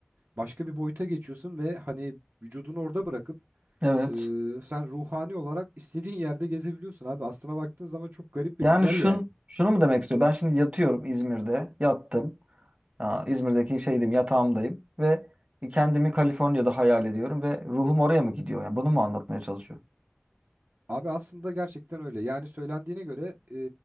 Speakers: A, on the right (about 55°); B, on the right (about 30°).
A: Başka bir boyuta geçiyorsun ve hani vücudunu orada bırakıp
B: Evet.
A: e, sen ruhani olarak istediğin yerde gezebiliyorsun abi. Aslına baktığın zaman çok garip
B: Yani
A: ve güzel
B: şun,
A: yani.
B: şunu mu demek istiyor? Ben şimdi yatıyorum İzmir'de. Yattım. Ha, İzmir'deki şeydim, yatağımdayım. Ve kendimi Kaliforniya'da hayal ediyorum. Ve ruhum oraya mı gidiyor? Yani bunu mu anlatmaya çalışıyor?
A: Abi aslında gerçekten öyle. Yani söylendiğine göre e,